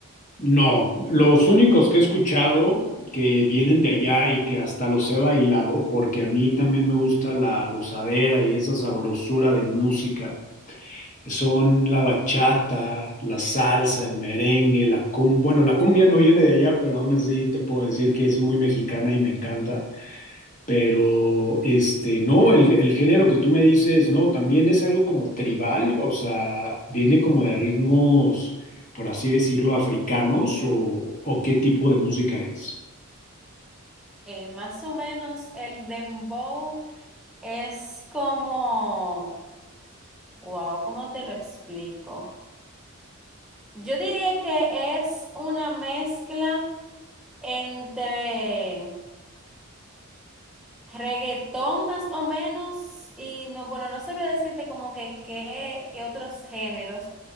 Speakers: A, on the left; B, in the centre.
A: No, los únicos que he escuchado que vienen de allá y que hasta los he bailado, porque a mí también me gusta la gozadera y esa sabrosura de música, son la bachata, la salsa, el merengue, la cumbia. Bueno, la cumbia no viene de allá, pero aún así te puedo decir que es muy mexicana y me encanta. Pero, este, no, el, el género que tú me dices, no, también es algo como tribal, o sea, viene como de ritmos, por así decirlo, africanos o, o qué tipo de música es.
B: Eh, más o menos el dembow es como... Wow, ¿cómo te lo explico? Yo diría que es una mezcla entre reggaetón más o menos y no, bueno, no sabría decirte como que qué, qué otros géneros,